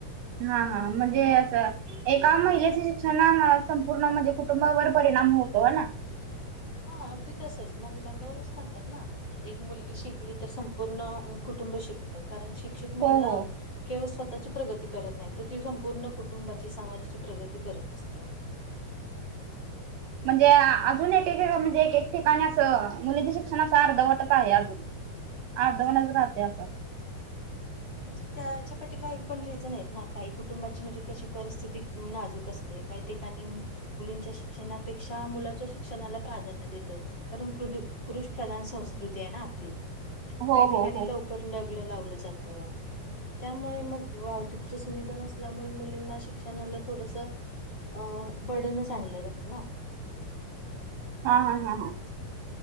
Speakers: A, on the right (about 75°); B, on the left (about 25°).
A: हां हां म्हणजे असं. एका महिलेच्या शिक्षणान संपूर्ण म्हणजे कुटुंबावर परिणाम होतो हो ना.
B: हा अगदी तसंच म्हणूनचं म्हणतात ना. एक मुलगी शिकली तर संपूर्ण कुटुंब शिकत कारण शिक्षित महिला-
A: हो हो.
B: केवळ स्वतःची प्रगती करत नाही. तर ती संपूर्ण कुटुंबाची समाजाची प्रगती करत असते.
A: म्हणजे अजून एक म्हणजे एक एक ठिकाणी असं मुलीचं शिक्षण अर्धवटच आहे अजून. अर्धवटच राहते असं.
B: म्हणजे त्याच्या पाठी बा पण रिझन आहेत ना काही कुटुंबाची म्हणजे कशी परिस्थिती नाजूक असते. ते काही ठिकाणी असं मुलीच्या शिक्षणापेक्षा मुलाच्या शिक्षणात प्राधान्य देतो. कारण पुरुष प्रधान संस्कृती आहे ना आपली.
A: हो
B: काही
A: हो
B: ठिकाणी
A: हो
B: लवकर लग्न लावलं जातं. त्यामुळे मग वाहतुकीच्या सुविधा नसल्यामुळे मुलींना शिक्षणाला थोडंसं - अ बडनस आणल् जातं ना.
A: हां हां हां हां.